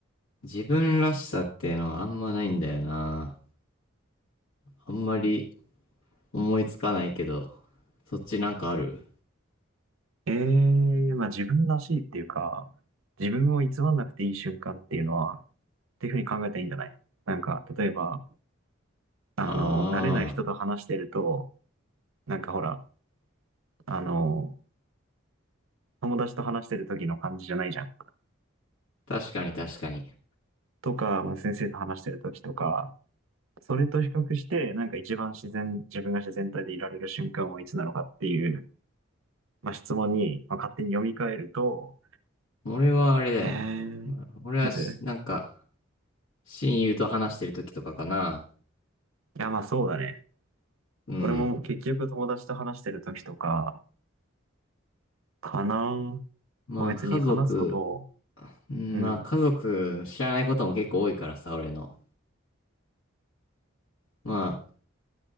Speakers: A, on the left; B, on the right.
A: 自分らしさってのはあんまないんだよな。あんまり思いつかないけど、そっちなんかある
B: ええー、まあ自分らしいっていうか、自分を偽らなくていい瞬間っていうのは、っていうふうに考えたらいいんじゃないなんか、例えば、あの、
A: あ
B: 慣れない人と話してると、なんかほら、あの、友達と話してる時の感じじゃないじゃん。
A: あー、確かに確かに。
B: とか、まあ先生と話してる時とか、それと比較して、なんか一番自然、自分が自然体でいられる瞬間はいつなのかっていう、まあ、質問に、まあ、勝手に読み替えると、
A: 俺はあれだよね。
B: えー、
A: 俺はし、
B: いつい
A: なんか、親友と話してる時とかかな。
B: や、まあそうだね。
A: うん。
B: 俺も結局友達と話してる時とか、かな。
A: まあ、
B: まあ別に話すことを、
A: 家族、うんまあ、
B: うん、
A: 家族知らないことも結構多いからさ、俺の。まあ、